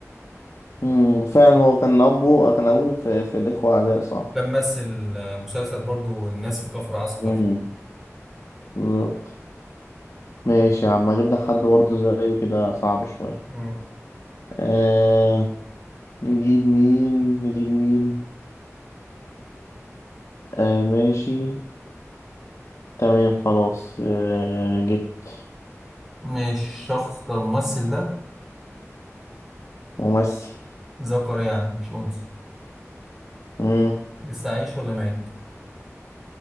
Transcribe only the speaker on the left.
مم، فعلا هو كان أبوه كان أبوهم في في الإخوة أعداء صح
مم. بالظبط ماشي يا عم أجيب لك حد برضه زيه كده صعب شوية
آه نجيب مين نجيب مين آه ماشي تمام خلاص آه جبت
ممثل
مم.